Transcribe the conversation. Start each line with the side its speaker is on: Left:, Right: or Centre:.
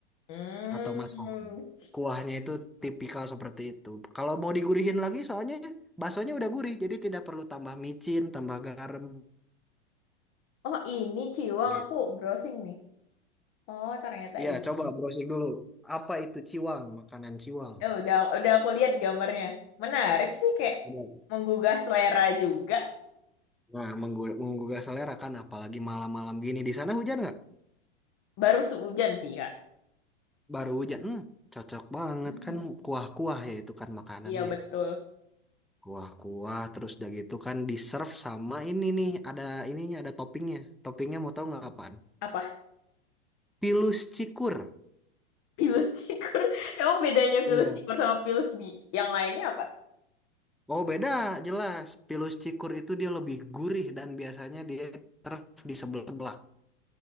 Left: Hmm.
Centre: atau masam. Kuahnya itu tipikal seperti itu. Kalau mau digurihin lagi, soalnya baksonya udah gurih, jadi tidak perlu tambah micin, tambah garam
Left: Oh, ini ciwang
Centre: gitu.
Left: aku browsing nih. Oh, ternyata
Centre: Iya,
Left: ini.
Centre: coba browsing dulu. Apa itu ciwang? Makanan ciwang.
Left: Eh, udah udah aku lihat gambarnya. Menarik sih kayak
Centre: Benar.
Left: menggugah selera juga.
Centre: Nah, menggu- menggugah selera kan, apalagi malam-malam gini. Di sana hujan nggak?
Left: Baru sehujan sih, Kak.
Centre: Baru hujan. Hmm, cocok banget
Left: Hmm,
Centre: kan kuah-kuah ya itu kan makanannya.
Left: iya betul.
Centre: Kuah-kuah terus udah gitu kan di serve sama ini nih ada ininya ada toppingnya. Toppingnya mau tahu nggak apaan?
Left: Apa?
Centre: Pilus cikur.
Left: Pilus cikur. <laughs> Emang bedanya
Centre: Iya.
Left: pilus cikur sama pilus bi yang lainnya apa?
Centre: Oh beda jelas. Pilus cikur itu dia lebih gurih dan biasanya dia serve di sebelah-sebelah